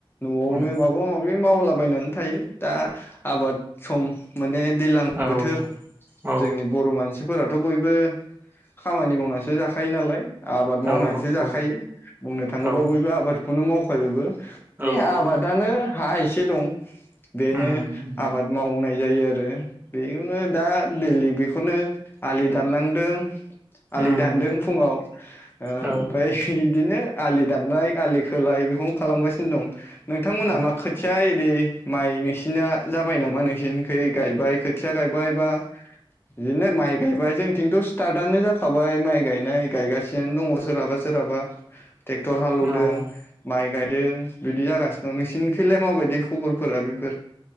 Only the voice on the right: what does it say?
उम
औ
औ
औ
औ
औ
औ
औ
उम
उम
औ
औ
औ